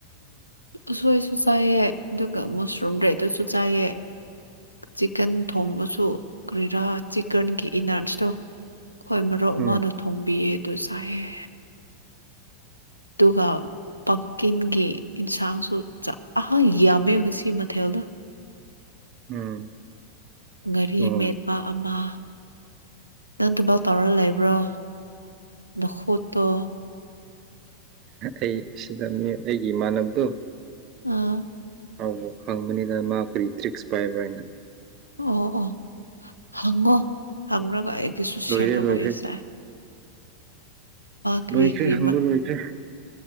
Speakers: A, on the left; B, on the right.
A: ꯎꯁꯣꯏꯁꯨ ꯆꯥꯏꯑ ꯑꯗꯨꯒ ꯃꯁꯔꯨꯝ ꯗ꯭ꯔꯦꯗꯨꯁꯨ ꯆꯥꯏꯑ ꯆꯤꯛꯀꯟ ꯊꯣꯡꯕꯁꯨ ꯀꯔꯤꯔꯥ ꯆꯤꯛꯀꯟꯒꯤ ꯏꯅꯥꯔꯟꯁꯇꯣ ꯍꯣꯏ ꯃꯔꯨꯞ ꯑꯃꯅ
B: ꯎꯝ
A: ꯊꯣꯡꯕꯤꯌꯦ ꯑꯗꯨ ꯆꯥꯏꯑꯦ ꯑꯗꯨꯒ ꯄꯝꯀꯤꯟꯒꯤ ꯌꯦꯟꯁꯥꯡꯁꯨ ꯆꯥꯛ ꯑ ꯌꯥꯝꯃꯦ ꯉꯁꯤ ꯃꯊꯦꯜꯗꯣ
B: ꯎꯝ
A: ꯉꯥꯔꯤ
B: ꯑꯣ
A: ꯃꯦꯠꯄ ꯑꯃ ꯅꯪꯗꯨꯐꯥꯎ ꯇꯧꯔꯒ ꯂꯩꯕ꯭ꯔꯣ ꯅꯈꯣꯠꯇꯣ <inaudible>
B: ꯑꯩ ꯁꯤꯗ ꯑꯩꯒꯤ ꯏꯃꯥꯟꯅꯕꯗꯣ
A: ꯑ
B: ꯑ ꯍꯪꯕꯅꯤꯅ ꯃꯥ ꯀꯔꯤ ꯇ꯭ꯔꯤꯛꯁ ꯄꯥꯏꯕ꯭ꯔꯥ ꯍꯥꯏꯅ
A: ꯑꯣ ꯑꯣ ꯍꯪꯉꯣ ꯍꯪꯉ꯭ꯔꯒ ꯑꯩꯒꯤꯁꯨ ꯁꯤꯌꯥꯔ
B: ꯂꯣꯏꯔꯦ
A: ꯇꯧꯕꯑꯁꯦ
B: ꯂꯣꯏꯈ꯭ꯔꯦ
A: ꯀꯔꯤ
B: ꯂꯣꯏꯈ꯭ꯔꯦ
A: ꯀꯔꯤ
B: ꯍꯕ ꯂꯣꯏꯈ꯭ꯔꯦ